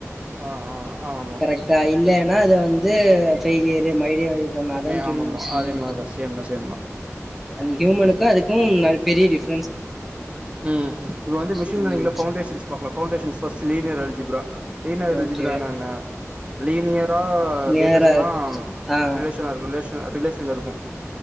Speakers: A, on the right; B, in the centre.
A: ஆ ஆ ஆமா ஆமா
B: கரெக்டா இல்லன்னா அத வந்து பெய்லியரு மைடியா சொன்னாதா
A: மே
B: டூரிவ்
A: ஆமாமா
B: மிசினு
A: அதே மாரிதா சேம் தா சேம் தா
B: அந்த யூமனுக்கு அதுக்கு பெரிய டிஃப்
A: ம் இப்ப வந்து மிஷின்
B: ம்
A: லனிங்ல பவுண்டேஷன் பாக்கலா foundations first linear algebra linear algebra
B: okay
A: நா என்ன லீனியரா
B: நேராக
A: டேட்டஸ் எல்லா
B: ஆ
A: ரிலேஷனா இருக்கு ரிலேஸன் ரிலேஷன்ல இருக்கு